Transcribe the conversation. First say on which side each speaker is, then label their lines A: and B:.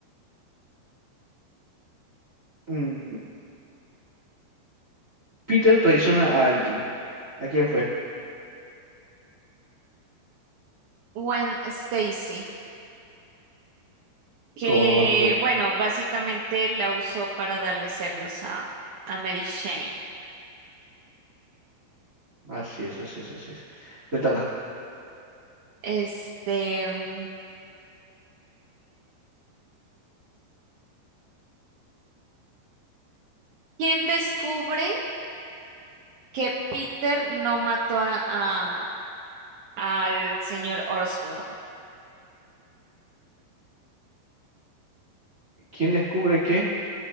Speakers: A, on the right (about 50°); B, on the right (about 80°).
A: Mm, Peter traiciona a alguien. ¿A quién fue?
B: Gwen Stacy, que
A: Correcto.
B: bueno, básicamente la usó para darle celos a, a Mary Jane.
A: Así es, así es, así es. Te toca.
B: Este, mm, ¿quién descubre que Peter no mató a, a- al señor Osborn?
A: ¿Quién descubre qué?